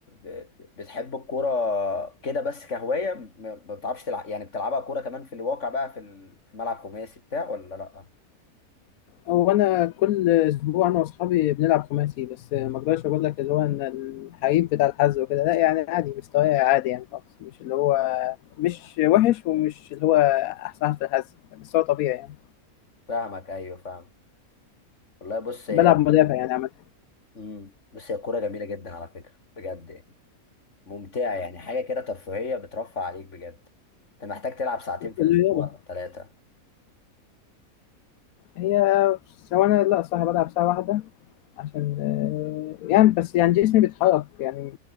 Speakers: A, on the left (about 55°); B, on the left (about 75°).
A: ب... بتحب الكوره كده بس كهوايه م- ما بتعرفش تلعب يعني بتلعبها كوره كمان في الواقع بقى في ال- في ملعب خماسي بتاع ولا لا
B: هو انا كل اسبوع انا واصحابي بنلعب خماسي بس ما اقدرش اقول لك اللي هو ان الحقيقي بتاع الحظ وكده لا يعني عادي مستواي عادي يعني خالص مش اللي هو مش وحش ومش اللي هو احسن واحد في الحظ بس هو طبيعي يعني
A: فاهمك ايوه فاهم والله بص هي
B: بلعب
A: ال-
B: مدافع يعني عامة
A: مم. بص هي الكوره جميله جدا على فكره بجد يعني ممتعه يعني حاجه كده ترفيهيه بترفع عليك بجد انت محتاج تلعب ساعتين في
B: الرياضة
A: الاسبوع ثلاثه
B: هي سواء انا لا صح بلعب ساعة واحدة عشان آه، يعني بس يعني جسمي بيتحرك يعني